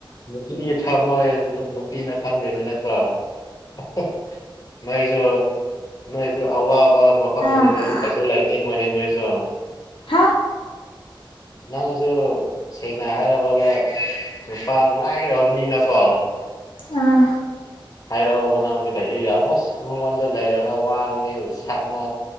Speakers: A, on the left (about 45°); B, on the left (about 80°).
A: ꯅꯨꯄꯤꯒꯤ ꯊꯝꯃꯣꯏ ꯅꯨꯄꯤꯅ ꯈꯪꯗꫭꯏꯅꯤꯅ ꯀꫭ <unintelligible> ꯅꯣꯏꯁꯨ ꯅꯣꯏꯁꯨ ꯑꯋꯥꯕ ꯃꯐꯝꯗꯗꯤ
B: ꯑꯥ
A: ꯅꯣꯏꯁꯨ ꯀꯩꯁꯨ ꯂꯩꯅꯤꯡꯉꫭꯏꯅꯦ ꯅꯣꯏꯁꯨ
B: ꯍꯥ
A: ꯅꯪꯁꯨ ꯁꯦꯡꯅ ꯍꯥꯏꯔꯕꯗ ꯅꯨꯄꯥ ꯂꯥꯏꯔꯕ ꯃꯤꯅꯀꯣ
B: ꯑꯥ
A: ꯍꯥꯏꯔꯛꯑꫭꯕ ꯅꯪꯁꯨ ꯀꯩꯁꯨ ꯌꯥꯔꯣꯏ ꯑꯁ ꯃꯉꯣꯟꯗ ꯂꯩꯔꯒ ꯋꯥꯅꯝꯅꯦ ꯁꯛꯅ